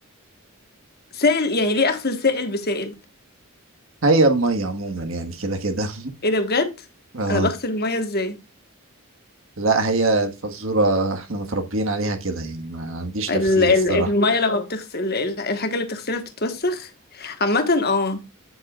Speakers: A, on the left; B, on the right.
A: سائل يعني ليه أغسل سائل بسائل؟
B: هي المية عموما يعني كده كده
A: إيه ده بجد؟
B: <laughs> اه
A: أنا بغسل المية إزاي؟
B: لا هي الفزورة احنا متربيين عليها كده يعني ما عنديش
A: ال-
B: تفسير
A: ال-
B: الصراحة
A: المية لما اه بتغسل ال- الحاجة اللي بتغسلها بتتوسخ عامة اه